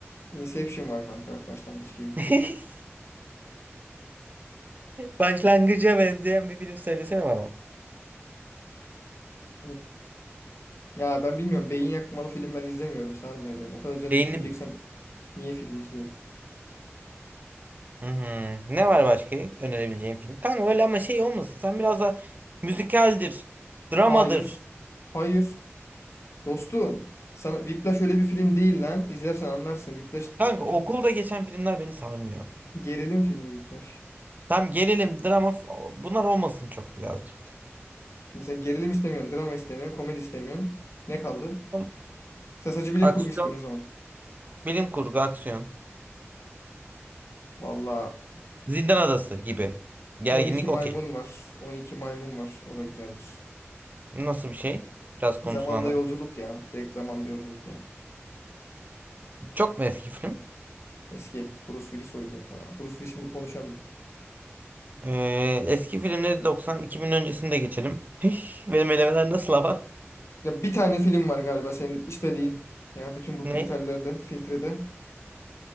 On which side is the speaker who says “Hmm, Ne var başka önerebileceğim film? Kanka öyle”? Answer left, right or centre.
Right